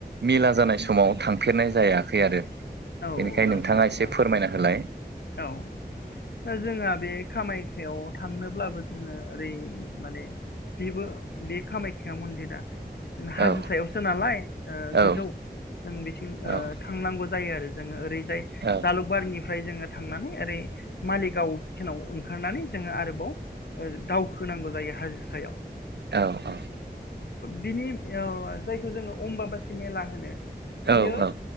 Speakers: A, on the right; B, on the left.
A: मेला जानाय समाव थांफेरनाय जायाखै आरो।
B: औ
A: बेनिखायनो
B: नोंथां
A: नोंथाङा एसे
B: औ
A: फोरमायना होलाय
B: औ ओ जोंङा बे खामाय। हेव थांनोब्लाबो जोङो ओरै माने जेबो। बे कामायख्या मन्दिरा। जों हाजो
A: औ
B: सायावसो नालाय ओ
A: औ
B: गोजौ जों बिथिं ओ
A: औ
B: थांनांगौ जायो आरो। जोंङो ओरैजाय
A: औ
B: जालुकबारिनिफ्राय। ओइ जोंङो थांनानै ओरै मालिगाव खेनाव ओ। खारनानै जोंङो आरोबाव ओ दावउ। खोनांगौ जायो हाजोसायाव।
A: औ औ।
B: बिनिम इयाव जायखौ जोंङो अमबा बासि मेला होनो।
A: औ
B: बिया
A: औ